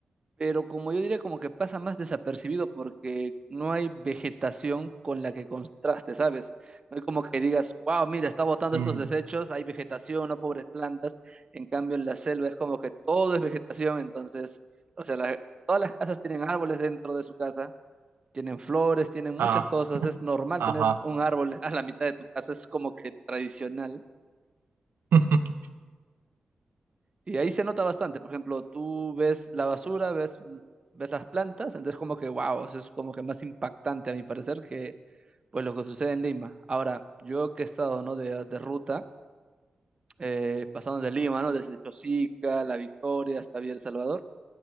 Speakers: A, on the right; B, on the right.
A: pero como yo diría, como que pasa más desapercibido porque no hay vegetación con la que contraste, ¿sabes? No hay como que digas, wow, mira, está botando
B: Mm,
A: estos desechos, hay vegetación, no pobres plantas. En cambio, en la selva es como que todo es vegetación, entonces, o sea, la- todas las casas tienen árboles dentro de su casa. Tienen flores, tienen muchas
B: ah,
A: cosas. Es normal
B: ajá.
A: tener un árbol a la mitad de tu casa, es como que tradicional.
B: <laughs>
A: Y ahí se nota bastante. Por ejemplo, tú ves la basura, ves, ves las plantas, entonces como que, wow, eso es como que más impactante a mi parecer que pues lo que sucede en Lima. Ahora, yo que he estado, ¿no? De, de ruta, eh, pasando de Lima, ¿no? Desde Chosica, La Victoria hasta Villa El Salvador,